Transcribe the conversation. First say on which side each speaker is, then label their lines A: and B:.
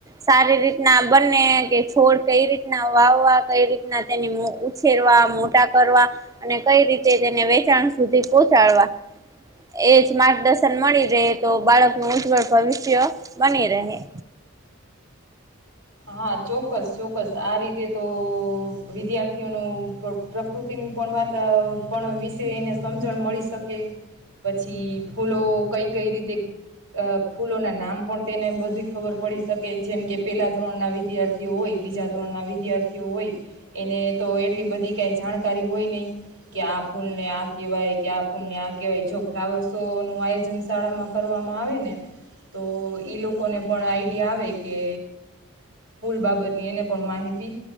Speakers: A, on the right; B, on the right.
A: સારી રીતના બને કે છોડ કઈ રીતના વાવવા કઈ રીતના તેની ઉછેરવા મોટા કરવા અને કઈ રીતે તેને વેચાણ સુધી પહોચાડવા એ જ માર્ગદર્શન મળી રહે તો બાળકનું ઉજ્જવળ ભવિષ્ય બની રહે
B: હા ચોક્કસ ચોક્કસ આ રીતે તોઓ વિદ્યાર્થીઓનું પ્ર પ્રકૃતિનું પણ વાત પણ વિશે એને સમજણ મળી શકે પછી ફૂલો કઈ કઈ રીતે ફૂલોના નામ પણ તેને બધી ખબર પડી શકે જેમ કે પેલા ધોરણના વિદ્યાર્થીઓ હોય બીજા ધોરણના વિદ્યાર્થીઓ હોય એને તો એટલી બધી કાંઈ જાણકારી હોય નહીં કે આ ફૂલને આ કહેવાય કે આ ફૂલને આ કહેવાય જો ફ્લાવર શો નું આયોજન શાળામાં કરવામાં આવે ને તો ઈ લોકોને પણ આઈડિયા આવે કે ફુલ બાબતની એને પણ માહિતી